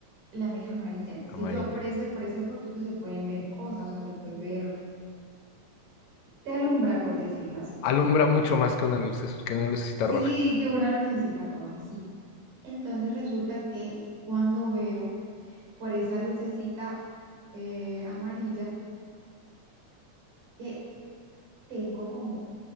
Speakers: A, on the right; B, on the left.
A: La mía es amarilla. Entonces
B: amarilla.
A: yo por ese, por ese foquito se pueden ver cosas, o sea, se puede ver, te alumbra por decirlo así.
B: Alumbra mucho más que una luz, que una lucecita
A: Sí,
B: roja.
A: que una lucecita roja, sí. Entonces resulta que cuando veo por esa lucecita eh, amarilla, que tengo como